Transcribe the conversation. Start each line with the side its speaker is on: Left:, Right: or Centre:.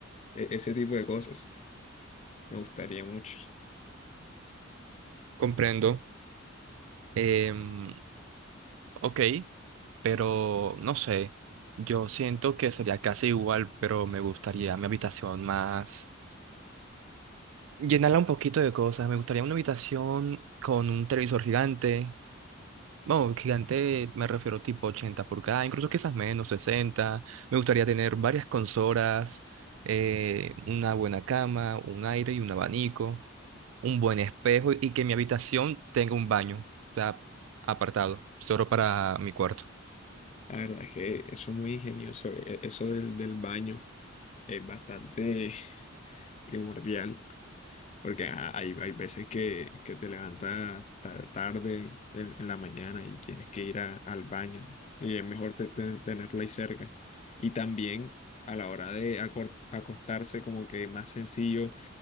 Left: e- ese tipo de cosas. Me gustaría mucho.
Right: Comprendo. Em, ok. pero no sé, yo siento que sería casi igual, pero me gustaría mi habitación más, llenarla un poquito de cosas, me gustaría una habitación con un televisor gigante, bueno, gigante me refiero tipo 80 pulgadas, incluso quizás menos, 60, me gustaría tener varias consolas, eh, una buena cama, un aire y un abanico, un buen espejo y que mi habitación tenga un baño, o sea, apartado, solo para mi cuarto.
Left: La verdad es que eso es muy ingenioso, e- eso del, del baño es bastante <laughs> primordial. Porque ajá, hay, hay veces que, que te levantas ta- tarde en, en la mañana y tienes que ir a- al baño y es mejor te- te- tenerlo ahí cerca. Y también a la hora de acor- acostarse como que más sencillo